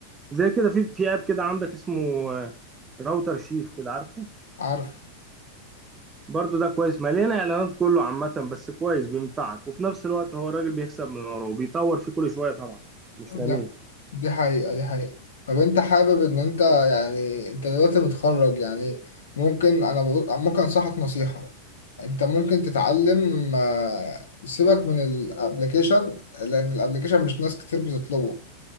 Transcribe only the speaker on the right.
زي كده في في اب كده عندك اسمه آه، راوتر شيف كده عارفه
برضو ده كويس مليان اعلانات كله عامة بس كويس بينفعك وفي نفس الوقت هو الراجل بيكسب من وراه وبيطور فيه كل شوية طبعا مش
راميه